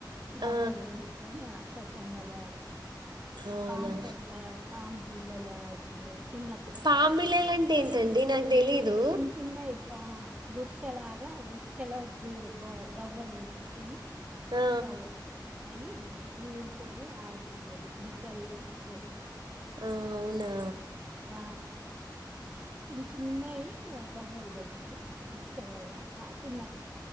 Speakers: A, on the right; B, on the right.
A: గవ్వలు
B: ఆ
A: తీసుకొని అష్టచెమ్మలు ఆడి
B: అవునా
A: పాం పెట్ట పాం బిల్లలు ఆడుకునేది చిన్నప్పుడు
B: పాంబిల్లలు అంటే ఏంటండి నాకు తెలీదు
A: చిన్న చిన్నవి పా గుడిసెలాగా ఉసుకేలో గు గవ్వలు ఉంటాయి ఇవి
B: ఆ
A: ఇత్తవ అయి ఊదుకొని ఆడుకునేది బుగ్గలు తోటి
B: ఆ అవునా
A: ఆ చిన్న చిన్నవి గవ్వల్ దొరితాయి. ఉసికలల్ల ఆ తిన్నాం